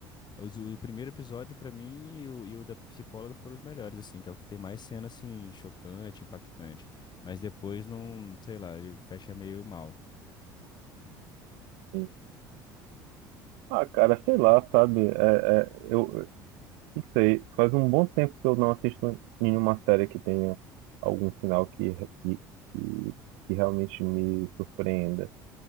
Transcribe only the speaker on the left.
Os- O, primeiro episódio pra mim e o, e o da psicóloga foram os melhores, assim, que é o que tem mais cena assim chocante, impactante. Mas depois não, sei lá, ele fecha meio mal.